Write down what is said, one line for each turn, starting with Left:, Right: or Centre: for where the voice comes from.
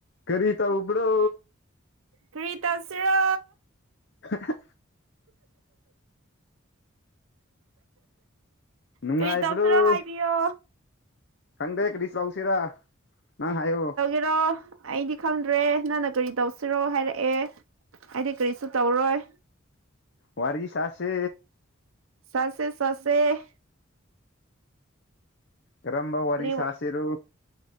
Left: ꯀꯔꯤ ꯇꯧꯕꯔꯣ
Right: ꯀ꯭ꯔꯤ ꯇꯧꯁꯤꯔꯣ
Left: ꯍꯤ ꯍꯤ ꯅꯨꯡꯉꯥꯏꯕ꯭ꯔꯣ
Right: ꯀꯥꯔꯤ ꯇꯧꯁꯤꯔꯥ ꯍꯥꯏꯕꯤꯌꯣ
Left: ꯈꯪꯗꯦ ꯀꯔꯤ ꯇꯧꯁꯤꯔꯥ ꯅꯪ ꯍꯥꯏꯌꯣ
Right: ꯔꯣ ꯑꯩꯗꯤ ꯈꯪꯗ꯭ꯔꯦ ꯅꯪꯅ ꯀꯔꯤ ꯇꯧꯁꯤꯔꯣ ꯍꯥꯏꯔꯛꯑꯦ ꯑꯩꯗꯤ ꯀꯔꯤꯁꯨ ꯇꯧꯔꯣꯏ
Left: ꯋꯥꯔꯤꯔꯒꯤꯁꯁꯦ
Right: ꯁꯥꯁꯦ- ꯁꯥꯁꯦ
Left: ꯀꯔꯝꯕ ꯋꯥꯔꯤ
Right: ꯀꯔꯤ
Left: ꯁꯥꯁꯤꯔ